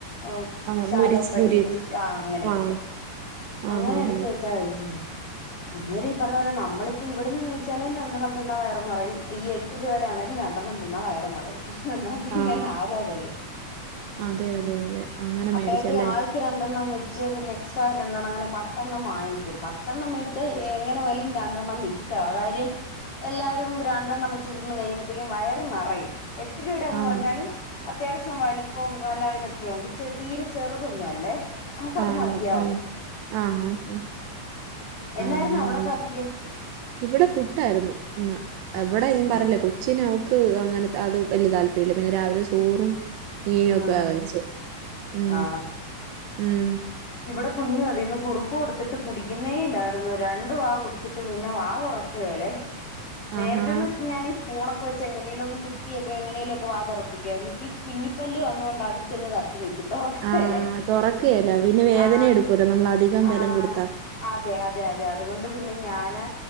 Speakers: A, on the left; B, on the right.
A: ഓ
B: ആഹ്
A: ശാലോ
B: മുരിച്ച്
A: ഫ്രൈ
B: മുരി
A: ആ അങ്ങനെ എടുക്കും
B: ആഹ് ആഹ്
A: അങ്ങനെ
B: ആഹ്
A: എടുത്ത വെച്ചാ കഴിക്കുന്നേ അന്നേര ഈ പറഞ്ഞ പോലെ നമ്മളിപ്പപ്പോ ഇവിടന്ന് മേടിച്ചാലും രണ്ടെണ്ണം തിന്നാ വയറും നിറയും ഈ എട്ട് രൂപയുടെയാണെങ്കിൽ രണ്ടണ്ണം തിന്നാ വയറും നിറയും എന്നാ പിന്നെ
B: ആഹ്
A: ലാഭം അതല്ലേ ഉം
B: അതെ അതെ അതെ അങ്ങനെ
A: അപ്പേട്ടെ
B: മേടിച്ചല്ലേ
A: ആൾക്ക് രണ്ടെണ്ണം വെച്ച് പിന്നെ എക്സ് രണ്ടെണ്ണം അങ്ങനെ പത്തണ്ണം വാങ്ങിക്കും പത്തെണ്ണം മേടിച്ചാ എങ്ങനെ പോയാലും രണ്ടെണ്ണം മിച്ചആ കാര്യം എല്ലാവാരും രണ്ടെണ്ണം ച് തിന്നുമ്പഴത്തേക്കും വയർ നിറയും ട്ട് രുപയുടെ എന്ന്
B: ആഹ്
A: പറഞ്ഞാലും അത്യാവശ്യം വലുപ്പവും നല്ല ഇത കൊണ്ട് ചി തീരെ ചെറുതൊന്നും അല്ലേ നമുക്ക് അത്
B: ആണോ
A: മതിയാവും
B: ആഹ് ആഹ് ആഹ് ആഹ്
A: എന്നായിരുന്നു
B: അങ്ങനെല്ലേ
A: അവിടെ കാപ്പിക്ക്
B: ഇവിടെ പുട്ടായിരുന്നു ഇന്ന്
A: ആഹ്
B: എവിടെ ഞാൻ പറഞ്ഞില്ല
A: ആഹ്
B: കൊച്ചിനെ ക്ക് അങ്ങനത്തെ അത് വലിയ താല്പര്യമില്ല പിന്നെ രാവിലെ ചോറും ഇനൊക്കെ
A: ആഹ്
B: അവോയിച്ചേ ഏ
A: ആണോ
B: ഉം
A: ഇവിടെ കുഞ്ഞു അതിന്ന് കുറുക്കൊടുത്തിട്ട് കുടിക്കുന്നേല്ലായിരുന്നു രണ്ട് വാ കുടിച്ചിട്ട് പിന്നെ വാ തുറക്കുകല്ലേ നേരത്തെന്ന്
B: ആഹാ
A: വെച്ച ഞാനീ സ്പൂണൊക്കെ വെച്ച് എങ്ങനെങ്കലും ഒന്ന് കുത്തി എങ്ങനെലുംക്കെ വാ തുറപ്പിക്കാന്നു ഈ കുഞ്ഞിപ്പല് വന്നൊണ്ട് അതി ചെന്ന് ത നിക്കും തുറക്കെല്ലേ
B: ആ തുറക്കുകയല്ല പിന്നെ വേദന
A: ആ
B: എടുക്കുമല്ലോ നമ്മൾ അധികം ബലം
A: ആ
B: കൊടുത്താ
A: അതെ അതെ അതെ അതുകൊണ്ട് പിന്നെ ഞാന്